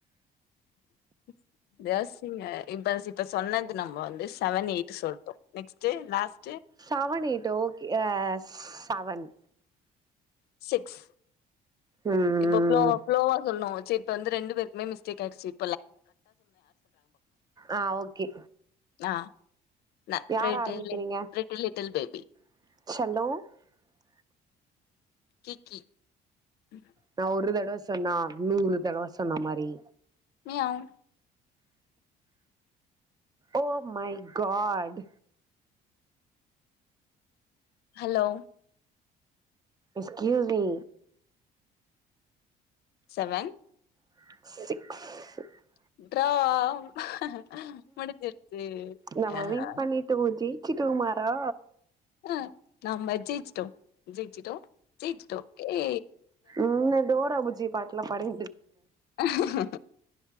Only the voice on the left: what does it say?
<unintelligible> இப்ப சிப்ப சொன்னது நம்ம வந்து சவன் எயிட்டு சொல்ட்டோ ‌நெக்ஸ்ட் லாஸ்
சிக்ஸ்
இப்ப ஃப்லோ ஃப்லோவா சொல்னோ உ செ இப்ப வந்து ரெண்டு பேர்க்குமே மிஸ்டேக் ஆயிர்ச்சு
ஆ நா
ட்ரே
டெல் லிட்டில் லிட்டில் பே
கி கி <inaudible>
மியாவ்
ஹலோ
சவன்
<unintelligible> முடிஞ்சிருச்சு
ஆ
ஆ நம்ம ஜெய்ச்சிட்டோ ஜெய்ச்சிட்டோ ஜெய்ச்சிட்டோ ஏ
அஹ